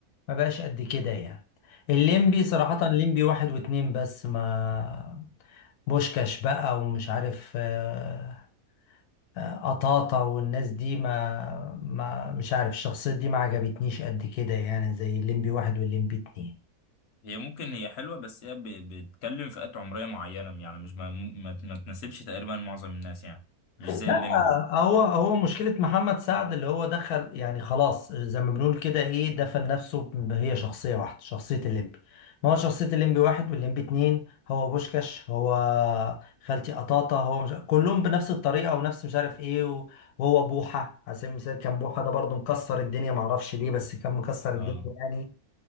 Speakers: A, on the left; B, on the left.
A: ما بقاش قد كده يعني الليمبي صراحة الليمبي واحد واتنين بس ما بوشكاش بقى ومش عارف آه، آه، قطاطة والناس دي ما ما مش عارف الشخصيات دي ما عجبتنيش قد كده يعني زي الليمبي واحد والليمبي اتنين
B: هي ممكن هي حلوة بس هي ب- بتتكلم فئات عمرية معينة يعني مش ما, ما, ما تناسبش تقريبا معظم الناس يعني مش
A: لا
B: زي الليمبو
A: هو هو مشكلة محمد سعد اللي هو دخل يعني خلاص زي ما بنقول كده ايه دفن نفسه ب- هي شخصية واحدة شخصية الليمبي ما هو شخصية الليمبي واحد والليمبي اتنين هو بوشكاش هو خالتي قطاطة هو مش... كلهم بنفس الطريقة ونفس مش عارف ايه و- وهو بوحة على سبيل المثال كان بوحة ده برضه مكسر الدنيا معرفش ليه بس كان مكسر الدنيا
B: اه
A: يعني